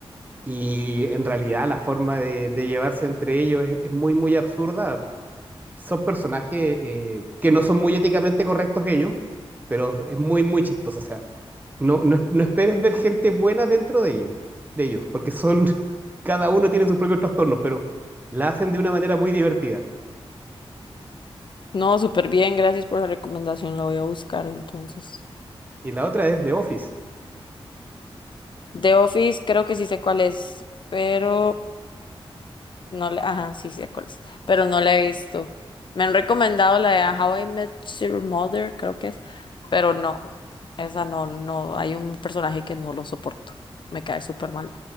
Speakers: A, on the right (about 20°); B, on the left (about 55°).
A: Y en realidad la forma de, de llevarse entre ellos es, es muy, muy absurda son personajes eh, que no son muy éticamente correctos ellos, pero es muy, muy chistoso. O sea, no, no, no esperes ver gente buena dentro de ellos, de ellos, porque son, <laughs> cada uno tiene sus propios trastornos, pero la hacen de una manera muy divertida.
B: No, súper bien, gracias por la recomendación, la voy a buscar entonces.
A: Y la otra es The Office.
B: The Office creo que sí sé cuál es, pero No le, ajá, sí, sí, sé cuál es, pero no la he visto. Me han recomendado la de How I Met Your Mother, creo que es, pero no, esa no, no, hay un personaje que no lo soporto, me cae súper mal.